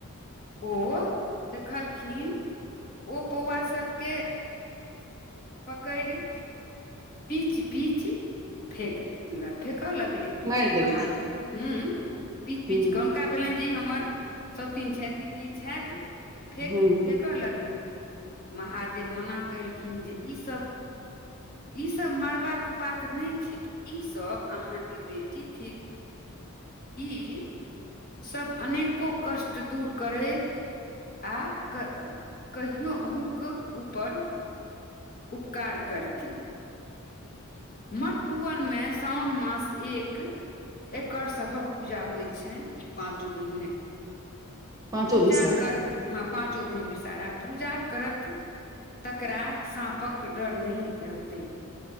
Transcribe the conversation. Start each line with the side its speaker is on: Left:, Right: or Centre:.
Left: ओ देखलखिन ओ पौआ सबके पकड़ि पीच पीच फेक दे। ल फेकऽ लगली
Right: मारि देलखिन
Left: महा हुँ पीच पीच
Right: ह
Left: कऽ हुनका भेलनि जे ई हमर शौतीन छथि की छथि फेक
Right: ह
Left: फेक। कऽ लगली महादेव मना केलखिन जे ई सब इ सब मरबाका पात न थिक इ सब अहाँ के बेटी थिक ई सभ अनेको कष्ट दूर करय आ कहियो अहूँकेक ऊपर उपकार करती मर्त्य पुवनमे साओन मास एक एकर सभक पूजा होइ छैन इ पाचो बहिनेक
Right: पाँचो
Left: पूजा
Right: बिसहरा
Left: कर हँ पाँचो बहिन विषारा पूजा करत तकरा साँपक डर नहि रहते